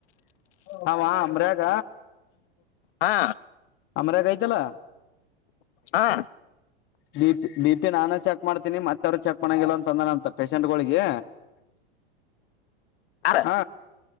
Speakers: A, on the left (about 35°); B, on the left (about 75°).
A: ನ ಅಮ್ರಾಗ
B: ಹಾ
A: ಅಂಬರಾಗ ಐ ಚಲ್ಲ
B: ಹಾ
A: ನೀಪ್ ನೀಪ್ ನಾನು ಚಕ್ ಮಾಡತೀನಿ ಮತ್ತ ಅವ್ ಚೆಕ್ ಮಗೆ ತಂದ ಅಂತ ಪೇಶೆಂಟ್ಗಳಿಗೆ
B: ಯಾರ
A: ಹ